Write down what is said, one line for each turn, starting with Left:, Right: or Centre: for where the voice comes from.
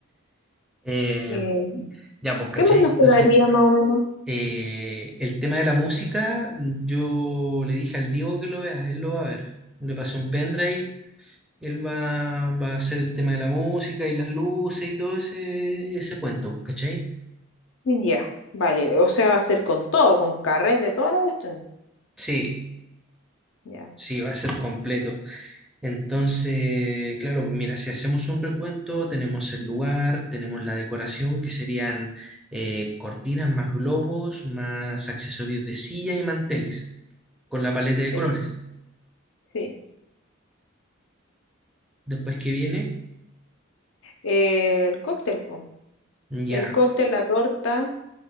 Centre: Eh,
Left: ¿qué
Centre: ya, pues, ¿cachai?
Left: más nos
Centre: Entonces,
Left: quedaría más o menos?
Centre: eh, el tema de la música, yo le dije al Diego que lo vea, él lo va a ver. Le pasé un pendrive, él va, va a hacer el tema de la música y las luces y todo ese, ese cuento, pues, ¿cachai?
Left: Ya, vale. O sea, va a ser con todo, con carrete, toda la cuestión.
Centre: Sí,
Left: Ya.
Centre: Sí, va a ser completo. Entonces, claro, pues mira, si hacemos un recuento, tenemos el lugar, tenemos la decoración, que serían eh, cortinas más globos, más accesorios de silla y manteles, con la paleta
Left: Sí,
Centre: de colores.
Left: sí.
Centre: Después que viene,
Left: Eh, el cóctel, po.
Centre: ya,
Left: El cóctel, la torta,